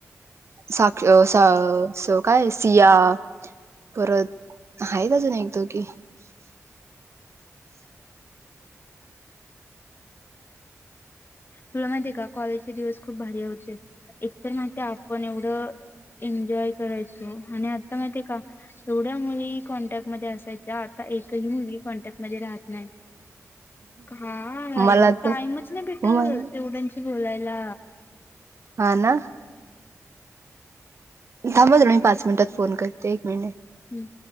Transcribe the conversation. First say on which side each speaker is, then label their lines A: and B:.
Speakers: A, on the right (about 50°); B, on the left (about 40°).
A: साक्ष सा अ काय सिया परत आहेत अजून एक दोघी.
B: तुला माहिती आहे का कॉलेजचे दिवस खूप भारी होते एकतर माहित आहे आपण एवढं एन्जॉय करायचो आणि आता माहिती आहे का केवढ्या मुली कॉन्टॅक्टमध्ये असायच्या आता एकही मुली कॉन्टॅक्टमध्ये राहत नाही. काय
A: मला तर
B: टाइमच नाही भेटत
A: व्हय,
B: तेवढ्यांशी बोलायला.
A: हा ना. थांब हा तुला मी पाच मिनटात फोन करते एक मिनट.
B: हम्म.